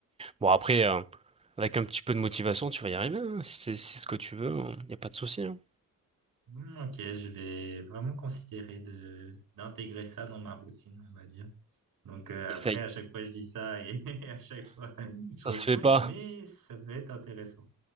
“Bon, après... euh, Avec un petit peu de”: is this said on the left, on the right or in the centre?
Right